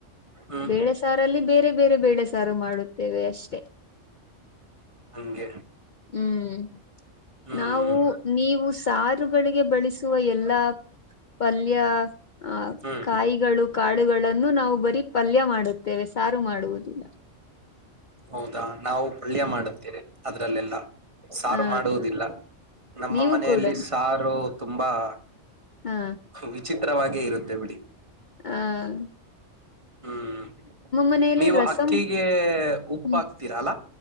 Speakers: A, on the right (about 25°); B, on the left (about 50°).
A: ಹ್ಮ್
B: ಬೇಳೆ ಸಾರಲ್ಲಿ ಬೇರೆ ಬೇರೆ ಬೇಳೆ ಸಾರು ಮಾಡುತ್ತೇವೆ ಅಷ್ಟೆ.
A: ಹಂಗೆ
B: ಹ್ಮ್
A: ಹ್ಮ್
B: ನಾವು... ನೀವು ಸಾರುಗಳಿಗೆ ಬಳಸುವ ಎಲ್ಲಾ ಪಲ್ಯ... ಆ
A: ಹ್ಮ್
B: ಕಾಯಿಗಳು, ಕಾಳುಗಳನ್ನು ನಾವು ಬರಿ ಪಲ್ಯ ಮಾಡುತ್ತೇವೆ ಸಾರು ಮಾಡುವುದಿಲ್ಲ.
A: ಹೌದಾ, ನಾವು ಪಲ್ಯ ಮಾಡುತ್ತೀರಿ ಅದ್ರಲ್ಲೆಲ್ಲ. - ಸಾರು
B: ಹಾ
A: ಮಾಡುವುದಿಲ್ಲ ನಮ್ಮ
B: ನೀವು
A: ಮನೆಯಲ್ಲಿ
B: ಕೂಡ
A: ಸಾರು ತುಂಬಾ-
B: ಹಾ <inaudible>
A: ವಿಚಿತ್ರವಾಗೇ ಇರುತ್ತೆ ಬಿಡಿ
B: ಹ <inaudible>
A: ಹ್ಮ್,
B: ಮನೆಯಲ್ಲಿ
A: ನೀವು
B: ರಸಂ
A: ಅಕ್ಕಿಗೆ ಉಪ್ಪು
B: ಹ್ಮ
A: ಹಾಕ್ತಿರಲ್ಲ